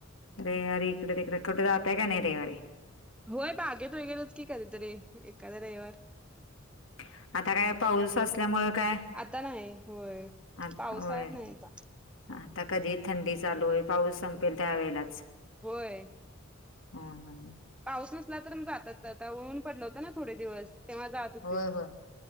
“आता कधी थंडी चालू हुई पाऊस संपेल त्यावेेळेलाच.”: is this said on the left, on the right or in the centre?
Left